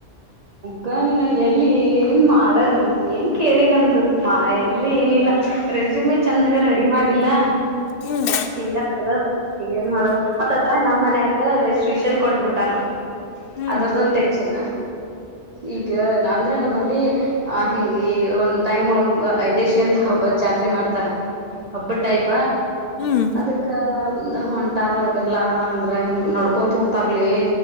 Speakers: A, on the right; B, on the left.
A: ಗ ನೀನ ಎಲ್ಲಿ ಏನ್ ಮಾಡ ಏನ್ ಕೇಳಿ ನಮ್ದು ಮಾ ಎಲ್ಲಿ ಏನಿಲ್ಲ. ರೇಸುಮ್ನೆ ಚೆಂದಾಗ ರೆಡಿ ಮಾಡಿಲ್ಲ
B: ಹ್ಮ್
A: ಹಿಂಗ ಮಾಡದು ಏನ್ ಮಾಡುದು ಒಟ್ಟತ್ರ ನಮ್ ಮನ್ಕ ಶ್ರೀಶೈಲ್ ಹೊಂಟಬಿಟ್ಟಾರ
B: ಹ್ಮ್
A: ಅದರ್ದೊಂದು ಟೆನ್ಷನ್ ಈಗ ಅಂದ್ರೆ ನಮ್ಮಲ್ಲಿ ಆ ಹಿಂಗ ಒಂದ್ ಟೈಮ್ ಒಳಗ್ ಐದೇಶೀ ಅಂತ ಜಾತ್ರೆ ಮಾಡ್ತಾರ ಹಬ್ಬ ಟೈಪ
B: ಹ್ಮ್ ಹ್ಮ್
A: ಅದಕ್ಕ ಹೊಂಟಾರ ಅವರೆಲ್ಲ ಅಂದ್ರೆ ಹಿಂ ನಡ್ಕೊತ ಹೋಗ್ತಾರಲಿ